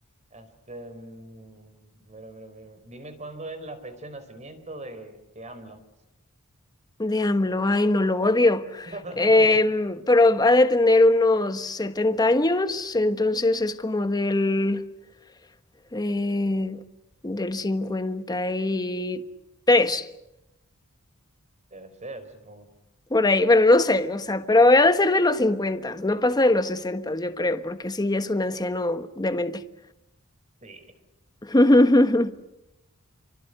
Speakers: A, on the right; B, on the left.
A: Este, mm, a ver, a ver, a ver. Dime cuándo es la fecha de nacimiento de, de AMLO.
B: de AMLO. Ay, no lo odio.
A: <laughs>
B: Em, pero ha de tener unos 70 años, entonces es como del, eh, del cincuenta y tres.
A: Debe ser, supongo.
B: Por ahí, bueno, no sé, o sea, pero ha de ser de los 50, no pasa de los 60, yo creo, porque sí, ya es un anciano demente.
A: Sí.
B: <laughs>